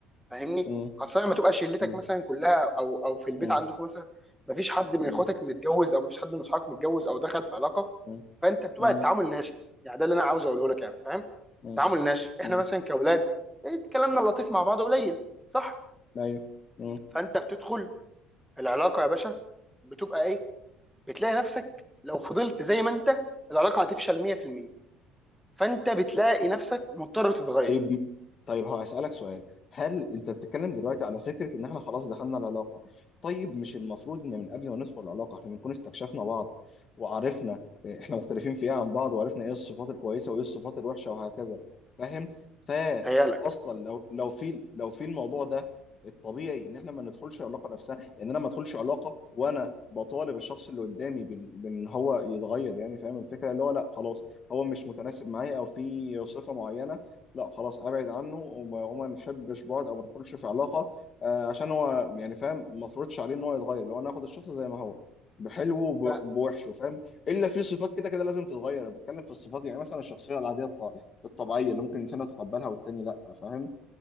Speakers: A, in the centre; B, on the left.
A: فاهمني
B: مم.
A: خاصه لما تبقى شلتك
B: مم.
A: مثلا كلها او او في البيت
B: مم.
A: عندكم مثلا ما فيش حد من
B: مم.
A: اخواتك متجوز او ما فيش حد من اصحابك متجوز او دخل في علاقه
B: مم.
A: فانت بتبقى
B: مم.
A: التعامل ناشف يعني ده اللي انا عاوز اقوله لك يعني فاهم
B: مم.
A: تعامل ناشف احنا
B: مم.
A: مثلا كاولاد إيه، كلامنا اللطيف مع بعض قليل صح
B: أيوه
A: فانت بتدخل العلاقه يا باشا بتبقى ايه بتلاقي نفسك لو فضلت زي ما انت العلاقه هتفشل 100% فانت بتلاقي نفسك مضطر تتغير
B: طيب طيب هو هسألك سؤال هل انت بتتكلم دلوقتي على فكرة ان احنا خلاص دخلنا العلاقة طيب مش المفروض ان من قبل ما ندخل العلاقة احنا بنكون استكشفنا بعض وعرفنا آه، احنا مختلفين في ايه عن بعض وعرفنا ايه الصفات الكويسة وايه الصفات الوحشة وهكذا فاهم فا
A: بتهيألك
B: اصلا لو لو في لو في الموضوع ده الطبيعي ان احنا ما ندخلش العلاقة نفسها لان انا ما ادخلش علاقة وانا بطالب الشخص اللي قدامي بان بإن هو يتغير يعني فاهم الفكرة اللي هو لا خلاص هو مش متناسب معايا او في صفة معينة لا خلاص ابعد عنه وما, وما نحبش بعض او ما ندخلش في علاقه آه عشان هو يعني فاهم ما افرضش عليه ان هو يتغير لو انا اخد الشخص زي ما هو بحلوه وب-
A: لا
B: بوحشه فاهم الا في صفات كده كده لازم تتغير انا بتكلم في الصفات يعني مثلا الشخصيه العاديه الط- الطبيعيه اللي ممكن الانسان يتقبلها والتاني لا فاهم